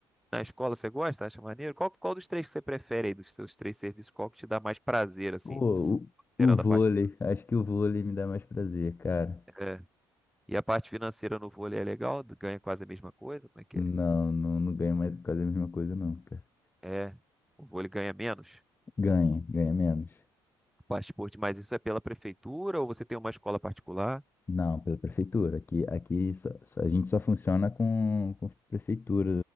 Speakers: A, in the centre; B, on the left.
A: Na escola você gosta? Acha maneiro? Qual, qual dos três que você prefere aí, dos seus três serviços? Qual que te dá mais prazer, assim,
B: Pô,
A: considerando
B: o, o vôlei,
A: a parte
B: acho que o vôlei me dá mais prazer, cara.
A: financeira? É. E a parte financeira no vôlei é legal? Ganha quase a mesma coisa? Como é que
B: Não,
A: é?
B: não, não ganha mais por causa da mesma coisa, não, cara.
A: É, o vôlei ganha menos.
B: Ganha, ganha menos.
A: O Passaporte, mas isso é pela prefeitura ou você tem uma escola particular?
B: Não, pela prefeitura. Aqui, aqui só- só- a gente só funciona com, com prefeitura